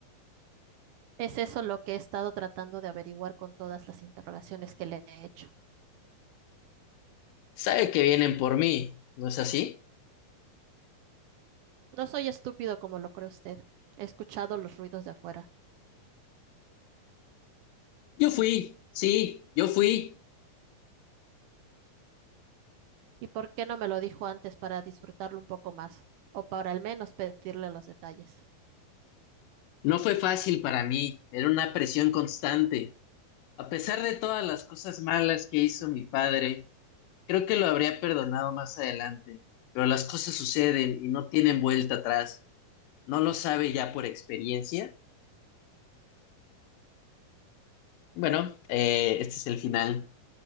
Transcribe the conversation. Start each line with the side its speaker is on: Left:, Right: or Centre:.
Right: Es eso lo que he estado tratando de averiguar con todas las interrogaciones que le he hecho.
Left: Sabe que vienen por mí, ¿no es así?
Right: No soy estúpido como lo cree usted. He escuchado los ruidos de afuera.
Left: Yo fui, sí, yo fui.
Right: ¿Y por qué no me lo dijo antes para disfrutarlo un poco más? O para al menos pedirle los detalles.
Left: No fue fácil para mí, era una presión constante. A pesar de todas las cosas malas que hizo mi padre, Creo que lo habría perdonado más adelante, pero las cosas suceden y no tienen vuelta atrás. No lo sabe ya por experiencia. Bueno, eh, este es el final